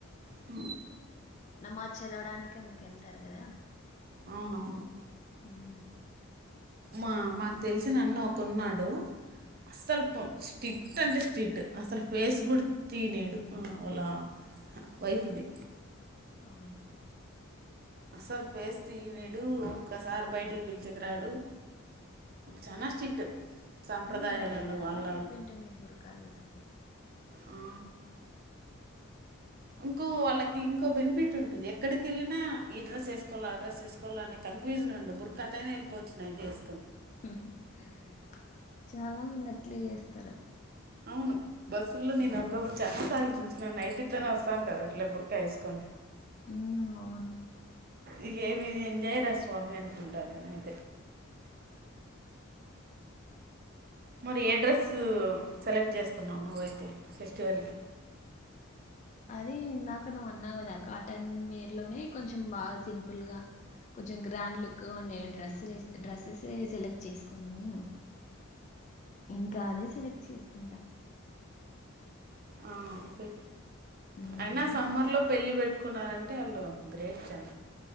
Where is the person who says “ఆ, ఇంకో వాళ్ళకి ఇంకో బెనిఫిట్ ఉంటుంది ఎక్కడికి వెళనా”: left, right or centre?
Right